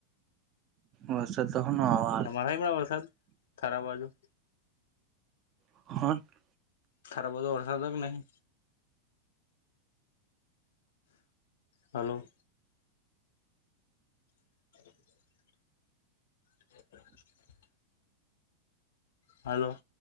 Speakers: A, on the right (about 35°); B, on the left (about 60°).
A: વરસાદ તો હન આવ
B: તમારા હમણા વરસાદ થારા બાજુ
A: <inaudible>
B: તાર બધો વરસાદો કે નહી? હાલો. <inaudible> <inaudible> હાલો.